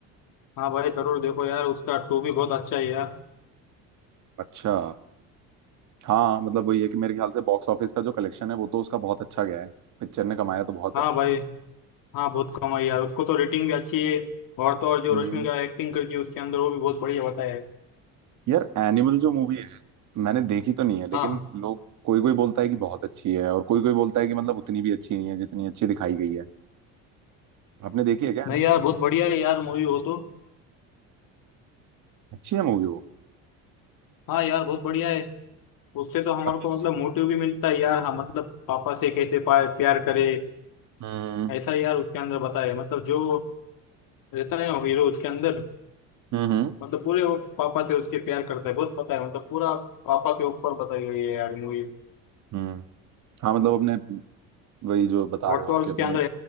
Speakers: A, on the left; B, on the right.
A: हाँ भाई जरूर देखो यार उसका टू भी बहुत अच्छा है यार
B: अच्छा हाँ मतलब वही है कि मेरे ख्याल से बॉक्स ऑफिस का जो कलेक्शन है वो तो उसका बहुत अच्छा गया है पिक्चर ने कमाया तो बहुत
A: हाँ
B: है
A: भाई हाँ बहुत कम आई यार उसको तो रेटिंग भी अच्छी है और तो और जो
B: हम्म
A: रश्मि का एक्टिंग करती है उसके अंदर वो भी बहुत बढ़िया बताया है
B: यार एनिमल जो मूवी है मैंने देखी तो नहीं है लेकिन
A: हाँ
B: लोग कोई कोई बोलता है कि बहुत अच्छी है और कोई कोई बोलता है कि मतलब उतनी भी अच्छी नहीं है जितनी अच्छी दिखाई गई है आपने देखी है क्या
A: नहीं
B: एनिमल
A: यार बहुत बढ़िया है यार मूवी हो तो
B: अच्छी है मूवी वो
A: हाँ यार बहुत बढ़िया है उससे तो हमारे
B: अच्छा
A: को मतलब मोटिव भी मिलता है यार हाँ मतलब पापा से कैसे पा- प्यार करे
B: हम्म
A: ऐसा यार उसके अंदर बताया है मतलब जो रहता है ना हीरो उसके अंदर
B: हम्म हम्म
A: मतलब पूरे वो पापा से उसके प्यार करता है बहुत पता है मतलब पूरा पापा के ऊपर बताई गई है यार मूवी
B: हम्म। हाँ मतलब अपने वही जो बता
A: और
B: रहे हो
A: तो
B: आपके
A: और उसके
B: अपने
A: अंदर